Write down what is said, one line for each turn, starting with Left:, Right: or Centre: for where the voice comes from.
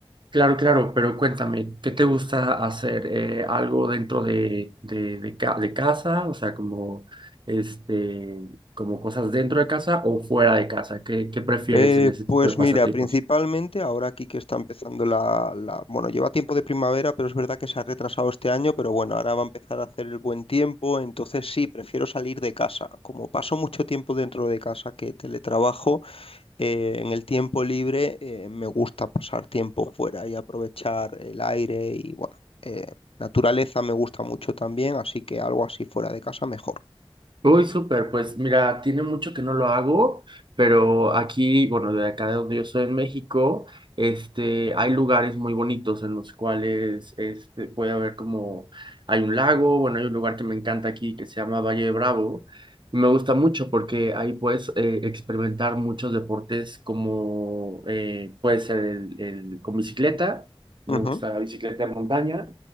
Right: Claro, claro, pero cuéntame, ¿qué te gusta hacer? Eh, ¿algo dentro de, de, de, ca- de casa? O sea, como, este, como cosas dentro de casa o fuera de casa. ¿Qué, qué prefieres
Left: Eh,
Right: en ese
Left: pues
Right: tipo de pasatiempos?
Left: mira, principalmente ahora aquí que está empezando la, la- Bueno, lleva tiempo de primavera, pero es verdad que se ha retrasado este año, pero bueno, ahora va a empezar a hacer el buen tiempo, entonces sí, prefiero salir de casa. Como paso mucho tiempo dentro de casa que teletrabajo, eh, en el tiempo libre eh, me gusta pasar tiempo fuera y aprovechar el aire y bueno, eh, naturaleza me gusta mucho también, así que algo así fuera de casa mejor.
Right: Uy, súper, pues mira, tiene mucho que no lo hago, pero aquí, bueno, de acá de donde yo soy en México, este, hay lugares muy bonitos en los cuales este, puede haber como, hay un lago, bueno, hay un lugar que me encanta aquí que se llama Valle de Bravo. Me gusta mucho porque ahí puedes eh, experimentar muchos deportes como eh, puede ser el, el- con bicicleta, me
Left: Ujú,
Right: gusta la bicicleta de montaña